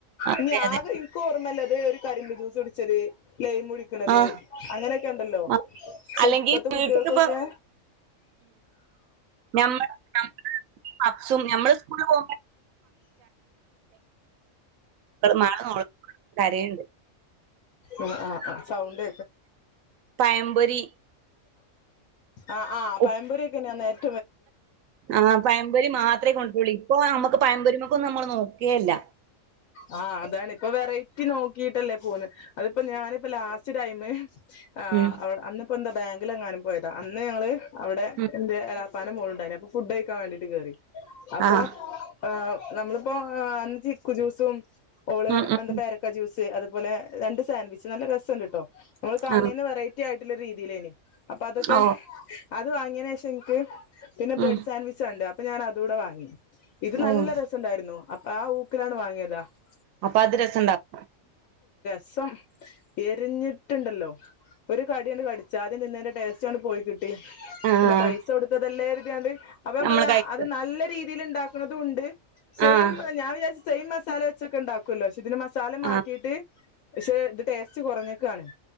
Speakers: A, on the right; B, on the left.
A: ആഹ്
B: ഇനി
A: അതെ അതെ
B: ആകെ ഇൻക് ഓർമ്മയില്ലത് ഒരു കരിമ്പിൻ ജ്യൂസ് കുടിച്ചത് ലൈം കുടിക്കണത്
A: ആഹ്
B: അങ്ങനെയൊക്കെ ഉണ്ടല്ലോ
A: ആഹ്
B: പക്ഷെ
A: അല്ലെങ്കി
B: ഇപ്പത്തെ കുട്ടികൾക്കൊക്കെ
A: വീട്ട്ക്ക്പ്പോ നമ്മള് നമ്മൾ പപ്സും നമ്മള് സ്കൂള മക്കള് കരയുണ്ട്
B: ആ ആ് ആ സൗണ്ട്
A: പഴംപൊരി
B: ആ ആ പഴംപൊരി
A: ഉ
B: ഒക്കെ ഞാ നേരത്തെ
A: ആ പഴംപൊരി മാത്രമേ കൊണ്ടൊരുള്ളേനി ഇപ്പൊ നമ്മുക്ക് പഴംപൊരിമ്മക്ക് ഒന്നും നമ്മള് നോക്കെയില്ല
B: ആഹ് അതാണ് ഇപ്പൊ വെറൈറ്റി നോക്കിയിട്ടല്ലേ പോവുന്നത് അതിപ്പോ ഞാനിപ്പ ലാസ്റ്റ് ടൈംമ് ആ--അവൾ
A: ഉം
B: അന്നിപ്പോ എന്താ ബാങ്കിൽ എങ്ങാനും പോയതാ- ളെ ആള് അവിടെ
A: ഉം
B: എന്റെ എളേപ്പാൻ്റെ മോളുണ്ടായിന ഫുഡ്കഴ്ക്കാൻ വേണ്ടിട്ട് കേറി അപ്പോ
A: ആഹ്
B: ആ നമ്മള് ഓ--ആആ--അന്തിക്കുജൂസ് തുംസ് ഓള്
A: ഉം ഉം
B: അന്ത് പേരക്ക ജ്യൂസ് ത് അതുപോലെ രണ്ട് സാൻവിച്ച് നല്ല രസംണ്ട് ട്ടോ നമ്മൾ കാണുന്നേന്
A: ആഹ്
B: വെറൈറ്റി ആയി രീതിയിലേണ് അപ്പ അതൊക്കെ
A: ഓഹ്
B: അതുവാങ്ങിയേനെ ശേഷം എങ്ങനെങ്ങൾക്ക് പിന്നെ ബ്രെഡ്
A: ഉം
B: സാൻവിച്ച് ഒണ്ട്- ന്നെ ഞാനതൂടെ വാങ്ങി ഇത് നല്ല
A: ഓഹ്
B: രസം ണ്ടായിരുന്നു അപ്പആ ഊക്കിലാണ് വാങ്ങിയത് <unintelligible>
A: അപ്പൊ അത് രസംണ്ടാക്
B: സ്സംഎരിഞ്ഞിട്ടുണ്ടല്ലോ ഒരു കടിയങ്ങ്ട്കടിച്ചാ അദ്യ നിന്നേന്റെ ടേസ്റ്റ്ങ്ങ്ട്പോയി കിട്ട്
A: ആഹ്
B: പിന്നെ പൈസ കൊടുത്തതെലെ കരുതിയാണ്ട് അപ്പം
A: നമ്മള്
B: പറയാ
A: കഴിക്കും.
B: അത് നല്ല രീതി തില് ഇണ്ടാക്കുണതും ഉണ്ട് സെയിം
A: ആഹ്
B: ഞാൻ വിചാരിച്ച് തൈമസ് തലവെച്ച് ഒക്കെ ഉണ്ടാകുമല്ലോ ഷിബിനമാ സ് തല മാറ്റിയിട്ട്
A: ആഹ്
B: പക്ഷെ ഇത് ടേസ്റ്റ് കൊറേഞ്ഞക്കാണ്